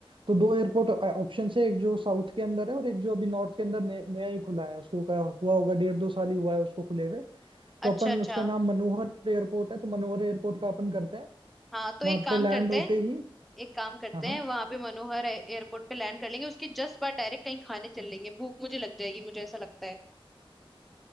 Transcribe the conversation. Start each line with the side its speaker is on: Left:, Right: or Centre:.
Right: तो दो एयरपोर्ट ऑप्शन है एक जो साउथ के अंदर है और एक जो अभी नॉर्थ के अंदर नया नया ही खुला है उसको का हुआ होगा डेढ़ दो साल ही हुआ है उसको खुले हुए तो
Centre: अच्छा
Right: अपन
Centre: अच्छा
Right: उसका नाम मनोहर एयरपोर्ट है तो मनोहर एयरपोर्ट का अपन करते हैं
Centre: हाँ तो
Right: वहां
Centre: एक काम
Right: पे लैंड
Centre: करते
Right: होते
Centre: हैं
Right: ही
Centre: एक काम करते
Right: हाँ हाँ।
Centre: हैं वहां पे मनोहर एयरपोर्ट पे लैंड कर लेंगे उसके जस्ट बाद डायरेक्ट कहीं खाने चल लेंगे भूख मुझे लग जाएगी मुझे ऐसा लगता है